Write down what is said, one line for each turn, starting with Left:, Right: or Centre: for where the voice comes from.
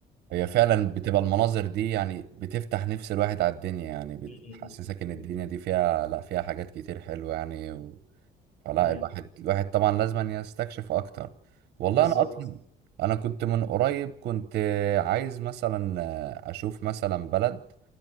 Right: هي فعلا بتبقى المناظر دي يعني بتفتح نفس الواحد على الدنيا يعني بتحسسك
Left: م-
Right: ان
Left: م.
Right: الدنيا دي فيها لا فيها حاجات كتير حلوة يعني فلا
Left: م.
Right: الواحد الواحد طبعا لازم يستكشف اكتر والله
Left: بالظبط
Right: انا اصلا انا كنت من قريب كنت عايز مثلا اشوف مثلا بلد